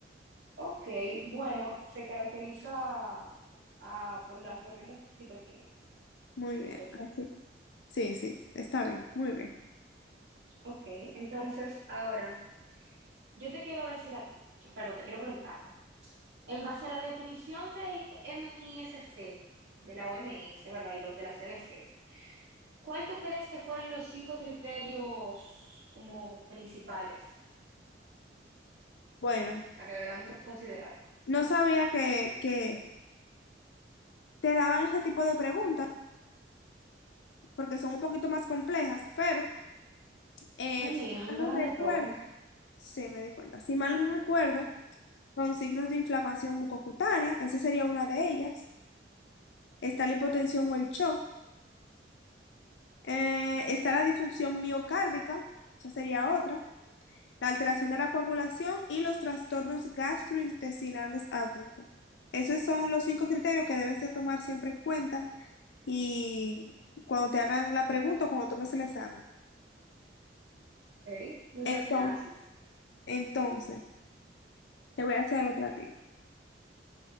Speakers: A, on the right; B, on the left.
A: Ok, bueno, se caracteriza ah, por las tormentas citoquinas,
B: Muy
A: de
B: bien,
A: citoquinas.
B: así. Sí, sí, sí. está bien, muy bien.
A: Ok, entonces ahora yo te quiero decir a ti, perdón, te quiero preguntar, en base a la definición del MISC, de la OMS, ¿verdad? Y los de la CDC, ¿cuál tú crees que fueran los cinco criterios como principales?
B: Bueno,
A: O sea, que deberíamos considerar.
B: no sabía que, que, te daban ese tipo de preguntas porque son un poquito más complejas, pero eh,
A: Ay, mija,
B: si
A: a mí
B: mal
A: me
B: no
A: dan
B: recuerdo,
A: de todo.
B: sí me di cuenta, si mal no recuerdo, son signos de inflamación mucocutánea, esa sería una de ellas, está la hipotensión o el shock, eh, está la disfunción miocárdica, esa sería otra, la alteración de la coagulación y los trastornos gastrointestinales agudos. Esos son los cinco criterios que debes de tomar siempre en cuenta y cuando te hagan la pregunta o cuando tomes el examen.
A: Ok, muchas
B: Entonces,
A: gracias.
B: entonces, te voy a hacer otra a ti.